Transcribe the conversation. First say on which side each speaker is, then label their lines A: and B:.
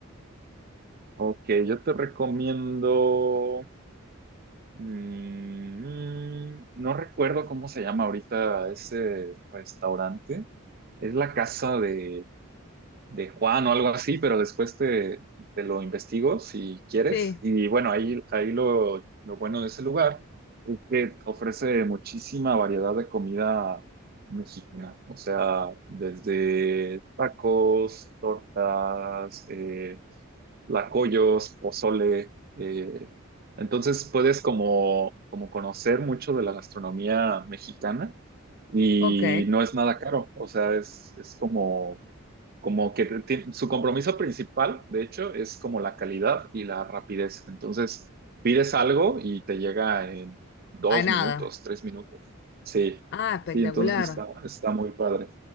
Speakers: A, on the right (about 50°); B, on the left (about 55°).
A: Ok, yo te recomiendo. mm, no recuerdo cómo se llama ahorita ese restaurante. Es la casa de, de Juan o algo así, pero después te, te lo investigo si quieres.
B: Sí.
A: Y bueno, ahí, ahí lo, lo bueno de ese lugar es que ofrece muchísima variedad de comida mexicana. O sea, desde tacos, tortas, eh, lacoyos, pozole. eh, entonces puedes como, como conocer mucho de la gastronomía mexicana y
B: Ok,
A: no es nada caro, o sea, es, es como como que ti- su compromiso principal, de hecho, es como la calidad y la rapidez. Entonces, pides algo y te llega en dos
B: a nada.
A: minutos, tres minutos. Sí,
B: Ah, espectacular.
A: sí, entonces está, está muy padre.